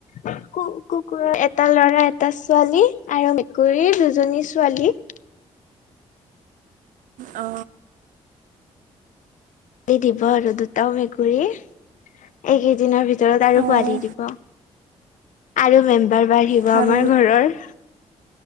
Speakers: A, on the left; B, on the right.
A: কু কু কুকুৰৰ এটা ল'ৰা এটা ছোৱালী আৰু মেকুৰীৰ দুজনী ছোৱালী।
B: অ।
A: এ দিব আৰু দুটা ও মেকুৰী। এইকেইদিনৰ ভিতৰত আৰু
B: অঁ
A: পোৱালি দিব আৰু মেম্বাৰ বাহিব।
B: ভাল
A: আমাৰ ঘৰৰ।